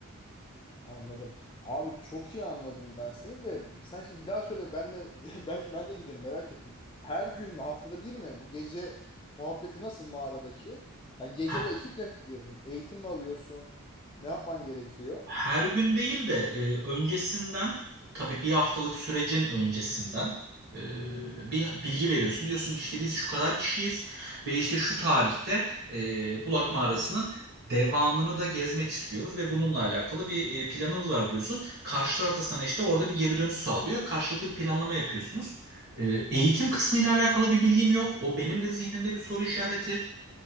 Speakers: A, on the left (about 20°); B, on the right (about 50°).
A: Anladım. Abi çok iyi anladım ben seni de. Sen şimdi bir daha söyle ben de <laughs> belki ben de giderim merak ettim. Her gün mü haftada bir mi? Bu gece muhabbeti nasıl mağaradaki? Yani gece
B: Ha,
A: bir ekiple mi gidiyorsun? Eğitim mi alıyorsun? Ne yapman gerekiyor?
B: Her gün değil de e, öncesinden tabii bir haftalık sürecin öncesinden e, bir bilgi veriyorsun. Diyorsun ki işte biz şu kadar kişiyiz ve işte
A: Hı hı.
B: şu tarihte e, Bulak Mağarası'nın devamını da gezmek istiyoruz ve bununla alakalı bir e, planımız var diyorsun. Karşı taraf da sana işte orada bir geri dönüş sağlıyor. Karşılıklı bir planlama yapıyorsunuz. E, eğitim kısmıyla alakalı bir bilgim yok. O benim de zihnimde bir soru işareti.